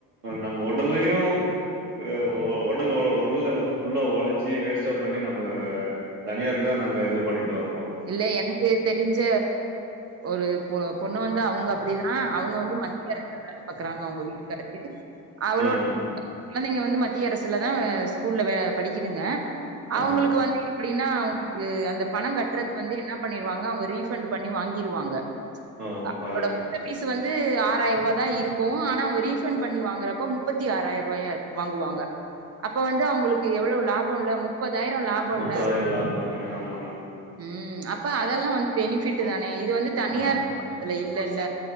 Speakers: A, on the right (about 80°); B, on the right (about 30°).
A: நம்ம ஒடல்லயு அ ஒ ஒடல் ஒல ஒட்ல்ல வந்து ஃபுல்லா ஒழ ச்சி வேஸ்டாப் பண்ணி நம்ப தனியாருக்குதா நாங்க இது பண்ணிட் வரோ
B: இல்ல எனக்கு தெரிஞ்ச ஒரு பொ பொண்ணு வந்து அவுங்க அப்படிதா அவுங்க வந்து மத்திய அரசு ல வேல பாக்குறாங்க அவுங்க வீட்டுக்காரு அவளோட
A: ம்
B: கொழந்திங்க வந்து மத் திய அரசுல தா ஸ்கூல்ல வே படிக்குதுங்க அவுங்களுக்கு
A: ஆ
B: வந்து எப்டீனா அவுங்களுக்கு வந்த பணங் கட்றது வந்து இன்னா பண்ணிருவாங் னா அவுங்க ரீஃபண்டு பண்ணி வாங்கிருவாங்க
A: ஓ
B: அவங்களோட
A: பாருங்க
B: மொத்த பீஸு வந்து ஆறாய்ருபாதா இருக் கு ஆனா அவுங்க ரீஃபண் பண்ணி வாங்குறப்போ முப்பத்தி ஆறாய்ருவாயா வாங்குவாங்க அப்போ வந்து அவுங்களுக்கு எவ்வளோ லாபோல்ல முப்பதாயிரோ லாபோல்ல
A: முப்பதாயிரோ லாபங்க ஆமாங்க
B: ம் அப்ப அதெல்லா வந்து பெனிஃபிட்டு தானே இது வந்து தனியார்
A: ஆமா
B: நிறுவனத்துல இல்லல